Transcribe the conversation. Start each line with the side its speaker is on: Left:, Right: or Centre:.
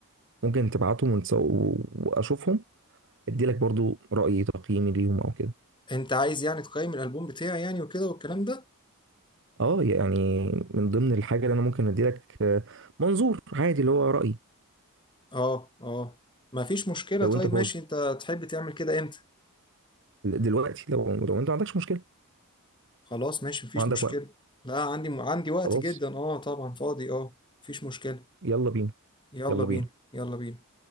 Right: ممكن تبعتهم ونس- و- واشوفهم اديلك برضو رأيي تقييمي ليهم او كده
Left: انت عايز يعني تقيم الالبوم بتاعي يعني وكده والكلام ده
Right: اه يعني من ضمن الحاجة اللي انا ممكن اديلك آه، منظور عادي اللي هو رأيي
Left: اه اه ما فيش مشكلة
Right: لو
Left: طيب
Right: انت فاضي
Left: ماشي انت تحب تعمل كده امتى
Right: دلوقتي لو لو انت ما عندكش مشكلة
Left: خلاص ماشي مفيش
Right: وعندك
Left: مشكلة
Right: وقت
Left: لا عندي عندي وقت
Right: خلاص
Left: جدا اه طبعا فاضي اه مفيش مشكلة
Right: يلا بينا
Left: يلا
Right: يلا
Left: بينا
Right: بينا
Left: يلا بينا